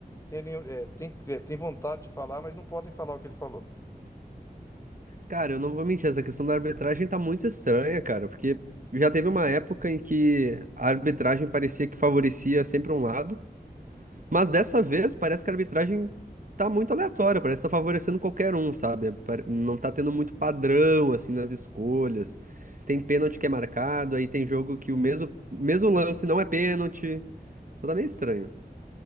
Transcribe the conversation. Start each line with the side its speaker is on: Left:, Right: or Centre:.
Left: tem, é, tem, é, tem vontade de falar, mas não podem falar o que ele falou.
Right: Cara, eu não vou mentir, essa questão da arbitragem tá muito estranha, cara, porque já teve uma época em que a arbitragem parecia que favorecia sempre um lado, mas dessa vez parece que a arbitragem tá muito aleatória, parece que tá favorecendo qualquer um, sabe? Pare- Não tá tendo muito padrão, assim, nas escolhas. Tem pênalti que é marcado, aí tem jogo que o mesmo, mesmo lance não é pênalti. Então Tá meio estranho.